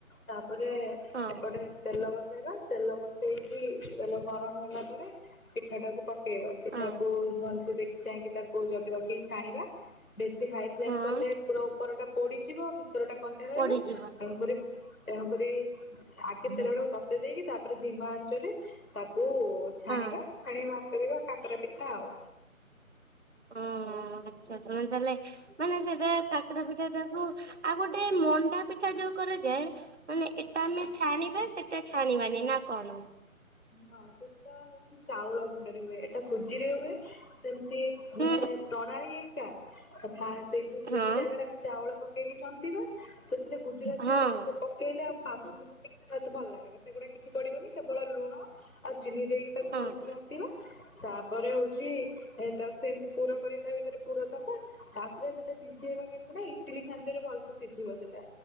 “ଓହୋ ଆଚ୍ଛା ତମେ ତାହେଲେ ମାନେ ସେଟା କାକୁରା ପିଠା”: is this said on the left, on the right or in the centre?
Right